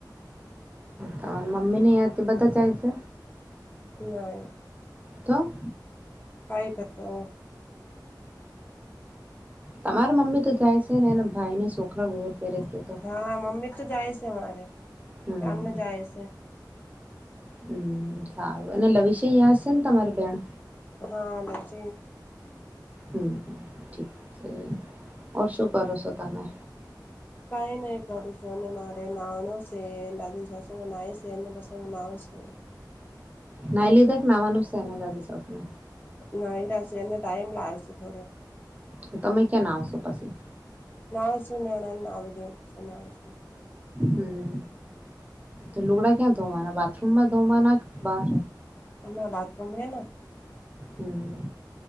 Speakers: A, on the right (about 20°); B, on the left (about 25°).
A: તમારા મમ્મી નહી તે બધા જાય છે?
B: નઇ.
A: તો.
B: કઈ પતો.
A: તમારા મમ્મી તો જાય છે ને એને ભાઈને છોકરા ઘોર પહેરે છે તો.
B: હા હા મમ્મી તો જાય છે મારે,
A: હમ
B: શમને જાય છે
A: હમ સારું એ લવિશે અહં છે ને તમારી બેેણ
B: હા દર્જ
A: હમ ઠીક છેર શું કરો છો, તમે
B: કઈ નહી કરું છું ને મારે નાનો છે દાદી સાસુ નાય છેને બ હું નાવે છુ.
A: ના લીધાક નાવા નુસત એ દા ચ
B: નાહી રહશેી એ ટાઈમ લાય્યો છે, થડો
A: તો તમે ક્યાં ના આવશો પછી.
B: ના સુું ના ના ના બધ ના સુું
A: હમ તો લુગડા ક્યાં ધોવાના બાથરૂમમાં ધોવાના બાર
B: અણા બાથરૂમ હૈ
A: હમ્મ